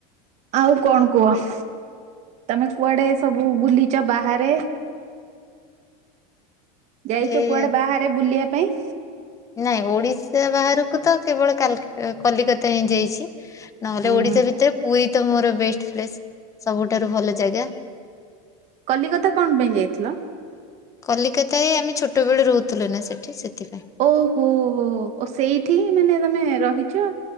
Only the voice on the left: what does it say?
ଆଡେ
ନାଇଁ ଓଡିଶା ବାହାରକୁ ତ କେବଳ କାଲ୍ କଲିକତା ହିଁ ଯାଇଛି। ନହେଲେ
ଓଡିଶା ଭିତରେ ପୁରୀ ତ ମୋର ବେଷ୍ଟ ପ୍ଲେସ୍। ସବୁଠାରୁ ଭଲ ଜାଗା।
କଲିକତାରେ ଆମେ ଛୋଟବେଳୁ ରହୁଥିଲୁ ନା ସେଠି ସେଥିପାଇଁ।